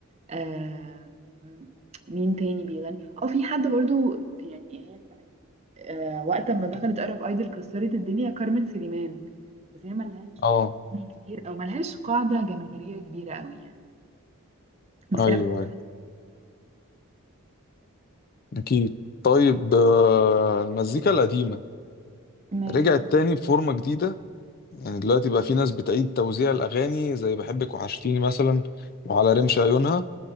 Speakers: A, on the right (about 30°); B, on the left (about 40°).
A: آه مين تاني بيغني اه في حد برضو يعني هي كانت آه وقت ما دخلت أرب ايدل كسرت الدنيا كارمن سليمان بس هي ملهاش
B: اه
A: أغاني كتير او ملهاش قاعدة جماهيرية كبيرة قوي يعني بس
B: ايوه
A: هي بتغني.
B: ايوه اكيد طيب آه، المزيكا القديمه
A: ماشي
B: رجعت تاني بفورمه جديده يعني دلوقتي بقى في ناس بتعيد توزيع الاغاني زي بحبك وحشتيني مثلا وعلى رمش عيونها